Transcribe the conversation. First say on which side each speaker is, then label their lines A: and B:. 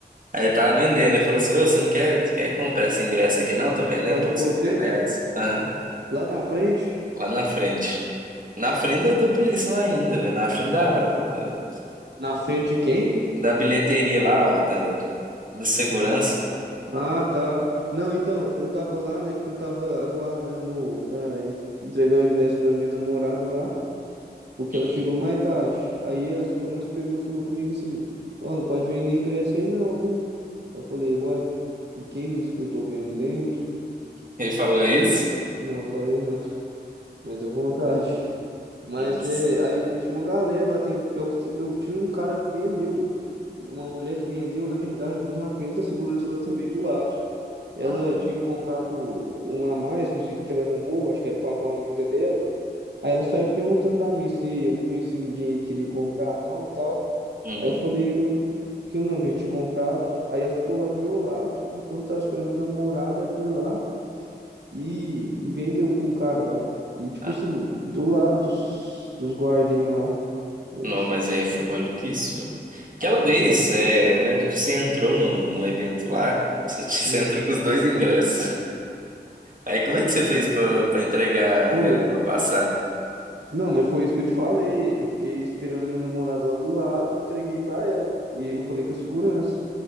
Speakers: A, on the right; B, on the right.
A: Aí tava vendendo, ele falou assim, ô, você não quer, quer comprar esse ingresso aqui não? Tô vendendo
B: Falou
A: por
B: com
A: 50
B: você?
A: reais. Aham,
B: Lá na frente?
A: Lá na frente. Na frente da, da polícia lá ainda, velho. Na frente da, da,
B: Na frente de quem?
A: da bilheteria lá, ó, da, da segurança.
B: Ah, tá. Não, então, eu tava lá, né, porque eu tava aguardando pra en- entregar o ingresso pra minha namorada lá, porque
A: Uhum.
B: ela chegou mais tarde. Aí a segurança pegou e falou comigo assim: Ó, não pode vender ingresso aí não, viu? Eu falei: Ué, e quem disse que eu tô vendendo?
A: Ele falou isso?
B: Não, eu falei não, <laughs> mas eu vontade. Mas
A: Nossa.
B: é, aí tinha uma galera lá, tem, pior que t- eu tinha um cara que vendeu, uma mulher que vendeu, na verdade, na frente da segurança lá também, do lado. Ela
A: Não.
B: tinha comprado uma a mais, não sei o que que ela arrumou, acho que era pra alguma amiga dela. Aí ela saiu perguntando pra mim se eu não conhecia ninguém e queria comprar, não e tal.
A: Uhum.
B: Aí eu falei que eu, que eu não, que eu tinha comprado. Aí ela ficou lá do meu lado, enquanto eu tava esperando minha namorada, ela foi lá e, e vendeu pra um cara lá. E tipo
A: tá.
B: assim, do lado dos, dos guardinhas lá. Esse,
A: Não, mas aí foi maluquice. viu? Aquela vez,
B: hum,
A: é, eu lembro que você entrou num, num evento lá, você, <laughs> te- você
B: hum,
A: entrou com os dois ingressos. Aí como é que você fez pra, pra entregar
B: foi.
A: ela pra passar?
B: Não, mas foi isso que eu te falei. Eu fiquei esperando minha namorada lá do lado, entreguei pra ela. E eu falei com a segurança.